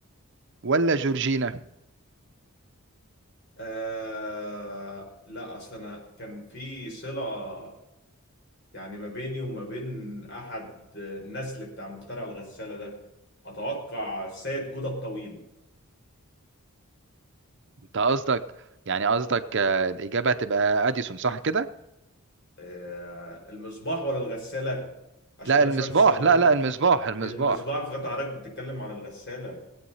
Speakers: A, on the right (about 55°); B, on the left (about 50°).
A: ولا جورجينا
B: آه لا أصل أنا كان في صلة يعني ما بيني وما بين أحد النسل بتاع مخترع الغسالة ده أتوقع السيد جودة الطويل
A: أنت قصدك يعني قصدك آه، الإجابة هتبقى أديسون صح كده
B: آه، المصباح ولا الغسالة عشان
A: لا
B: انا
A: المصباح
B: سمعت السؤال غالبا
A: لا لا المصباح المصباح
B: المصباح انا افتكرت حضرتك بتتكلم عن الغسالة